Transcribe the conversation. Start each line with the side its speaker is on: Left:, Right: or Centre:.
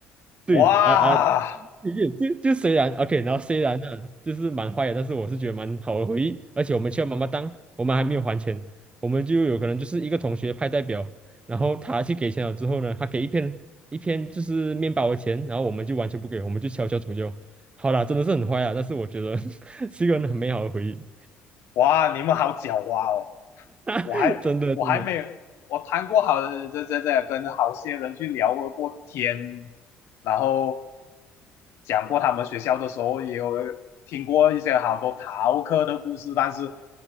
Right: 对，
Left: 哇！
Right: 啊啊，也就就虽然 OK，然后虽然呢，就是蛮坏的，但是我是觉得蛮好的回忆。而且我们去了妈妈当我们还没有还钱，我们就有可能就是一个同学派代表，然后他去给钱了之后呢，他给一片一片就是面包的钱，然后我们就完全不给，我们就悄悄怎么就好啦，真的是很坏啊，但是我觉得 <laughs> 是一个很美好的回忆，
Left: 哇，你们好狡猾哦！我还我还没有，
Right: <laughs> 真的真的。
Left: 我谈过好这这这跟好些人去聊过天，然后讲过他们学校的时候，也有听过一些好多逃课的故事，但是